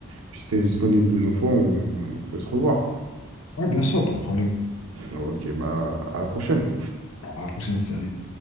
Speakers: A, on the right (about 70°); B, on the left (about 75°).
A: puis si t'es disponible une autre fois, on, on peut se revoir.
B: Ouais, bien sûr, pas de problème.
A: Ok, bah à la prochaine.
B: À la prochaine, salut.